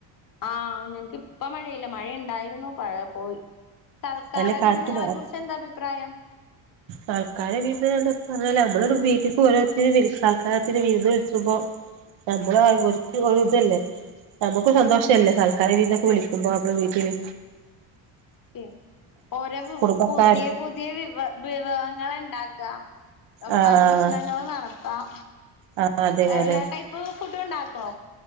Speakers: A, on the left (about 45°); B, on the right (about 65°).
A: ആഹ് ഞങ്ങക്ക് ഇപ്പ മഴയില്ല മഴ ഇണ്ടായിരുന്നു പ പോയി സൽക്കാര
B: നല്ല കാറ്റും
A: വിര്ന്ന്കളെ കുറിച്ച് എന്താ അഭിപ്രായം
B: സൽക്കാര വീര്ന്ന് എന്ന് പറഞ്ഞാല് നമ്മള് വീട്ടീക്ക് ഓരോര്ത്തരിം വിളി സൽക്കാരത്തിന് വീര്ന്ന് വിളിച്ച്മ്പോ നമ്മള് ഒരുത്തി ഒരു ഇതല്ലേ നമുക്ക്‌ സന്തോഷം അല്ലേ ആദ്യം. കറി വിരുന്ന്
A: അതെ
B: ഒക്കെ വിളിക്കുമ്പോ നമ്മുടെ വീട്ടില്.
A: ഏഹ് ഓരോ പു
B: കുടുംബക്കാർ
A: പുതിയ പുതിയ വിഭ വിഭവങ്ങൾ ഇണ്ടാക്കാം. അ
B: ആഹ്
A: പരീക്ഷണങ്ങള് നടത്താം
B: ആഹ് അതെ
A: എല്ലാ
B: അതെ
A: ടൈപ്പ് ഫുഡും ഉണ്ടാക്കോ